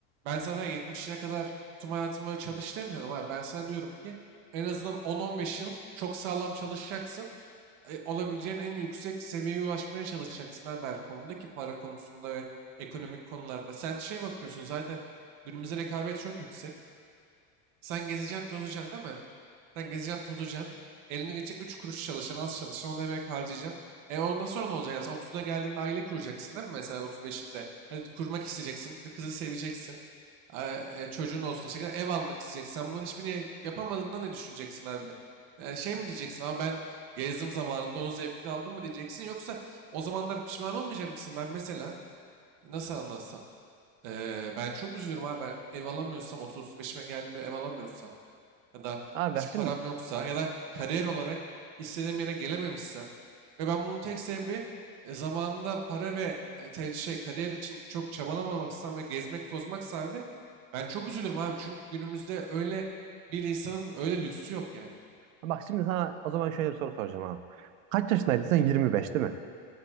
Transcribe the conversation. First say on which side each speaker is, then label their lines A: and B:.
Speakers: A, on the right; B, on the right.
A: Ben zaten 70'ine kadar tüm hayatımı öyle çalış demiyorum abi. Ben sana diyorum ki en azından 10-15 yıl çok sağlam çalışacaksın. e, olabileceğin en yüksek seviyeye ulaşmaya çalışacaksın abi her konuda ki para konusunda ve ekonomik konularda. Sen şey bakıyorsun zaten günümüzde rekabet çok yüksek. Sen gezeceksin, tozacaksın değil mi? Sen gezeceksin, tozacaksın. Eline geçecek 3 kuruş çalışacaksın, az çalışacaksın. Onu da emek harcayacaksın. E ondan sonra ne olacak? Yani sen 30'una geldiğinde aile kuracaksın değil mi? Mesela 35'inde. Hadi kurmak isteyeceksin. Bir kızı seveceksin. E, e, çocuğun olsun işte. Ev almak isteyeceksin. Sen bunların hiçbirini yapamadığında ne düşüneceksin abi? E, şey mi diyeceksin ama ben gezdim zamanında onun zevkini aldım mı diyeceksin. Yoksa o zamanlar pişman olmayacak mısın? Ben mesela nasıl anlatsam? E, ben çok üzülürüm abi. Ben ev alamıyorsam 30-35'ime geldiğimde ev alamıyorsam ya da
B: Abi bak
A: hiç
B: şimdi
A: param yoksa ya da kariyer olarak istediğim yere gelememişsem ve ben bunun tek sebebi e, zamanında para ve e, te- şey kariyer için çok çabalamamaksam ve gezmek tozmak sebebi ben çok üzülürüm abi çünkü günümüzde öyle bir insanın öyle lüksü yok yani.
B: bak şimdi sana o zaman şöyle bir soru soracağım abi. Kaç yaşındaydın sen? 25 değil mi?